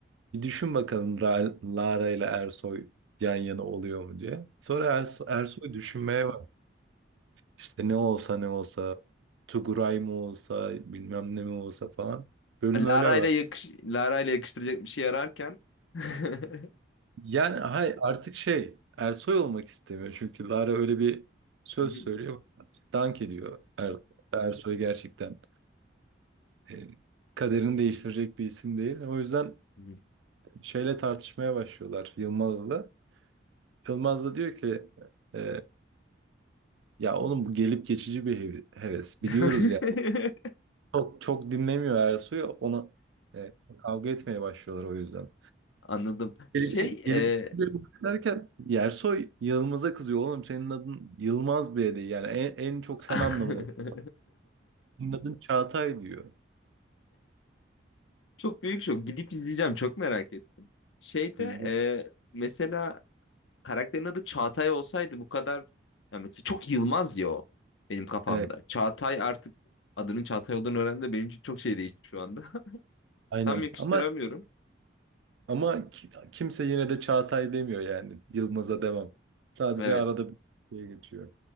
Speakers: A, on the right; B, on the left.
A: Bir düşün bakalım Ra- Lara ile Ersoy yan yana oluyor mu diye. Sonra Ersoy, Ersoy düşünmeye bak. İşte ne olsa ne olsa Tuguray mı olsa bilmem ne mi olsa falan. Bölüm
B: <laughs> Lara
A: öyle
B: ile yakış Lara ile yakıştıracak bir şey ararken. <laughs>
A: Yani hay artık şey Ersoy olmak istemiyor çünkü Lara öyle bir söz
B: Hı
A: söylüyor. Dank ediyor Er- Ersoy gerçekten. E, kaderini değiştirecek bir isim değil. O yüzden
B: hı.
A: şeyle tartışmaya başlıyorlar Yılmaz'la. Yılmaz da diyor ki e, ya oğlum bu gelip geçici bir hev- heves.
B: <laughs>
A: Biliyoruz yani. Çok çok dinlemiyor Ersoy'u ona e, kavga etmeye başlıyorlar o yüzden.
B: Anladım.
A: Gelip
B: Şey,
A: gelip
B: e,
A: derken Yersoy Yılmaz'a kızıyor. Oğlum senin adın Yılmaz bile değil. Yani en, en çok sen
B: <laughs>
A: anlamalısın. Senin adın Çağatay diyor.
B: çok büyük şok. Gidip izleyeceğim. Çok merak ettim. Şeyde
A: Bizde.
B: e, mesela karakterin adı Çağatay olsaydı bu kadar ya mesela çok Yılmaz ya o benim kafamda.
A: Evet,
B: Çağatay artık adının Çağatay olduğunu öğrendim. de Benim için çok şey değişti şu anda. <laughs>
A: aynen.
B: Tam yakıştıramıyorum.
A: Ama ama ki- kimse yine de Çağatay demiyor yani. Yılmaz'a devam. Sadece
B: Evet.
A: arada bir şey geçiyor.